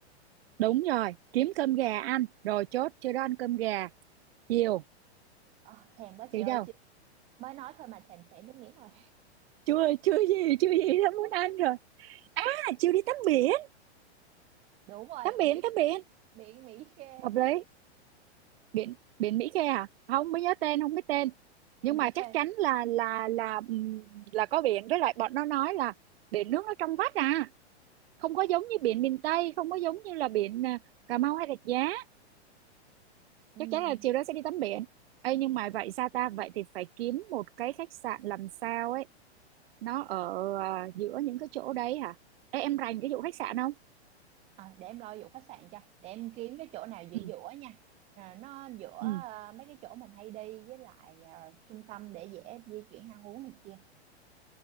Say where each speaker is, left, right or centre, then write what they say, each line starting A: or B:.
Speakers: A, on the right; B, on the right.
A: đúng rồi kiếm cơm gà ăn rồi chốt chưa đó ăn cơm gà chiều
B: Ờ, thèm quá
A: chị
B: chị ơi
A: đâu
B: chị mới nói thôi mà thèm chảy nước miếng rồi
A: chưa chưa gì chưa gì đã muốn
B: <laughs>
A: ăn rồi à chiều đi tắm biển
B: đúng rồi
A: tắm biển
B: biển
A: tắm biển
B: biển Mỹ Khê
A: hợp lý biển biển Mỹ Khê à không mới nhớ tên không biết tên
B: Địa
A: nhưng
B: Mỹ
A: mà chắc
B: Khê
A: chắn là là là ừm, là có biển với lại bọn nó nói là biển nước nó trong vắt à không có giống như biển miền Tây không có giống như là biển à, Cà Mau hay Rạch Giá
B: Ừm,
A: chắc chắn là chiều đó sẽ đi tắm biển Ê, nhưng mà vậy sao ta vậy thì phải kiếm một cái khách sạn làm sao ấy nó ở à, giữa những cái chỗ đấy hả Ê, em rành cái vụ khách sạn không
B: à, để em lo vụ khách sạn cho để em kiếm cái chỗ nào giữa
A: Ừ.
B: giữa nha à, nó giữa
A: ừ.
B: ờ, mấy cái chỗ mình hay đi với lại ờ, trung tâm để dễ di chuyển ăn uống này kia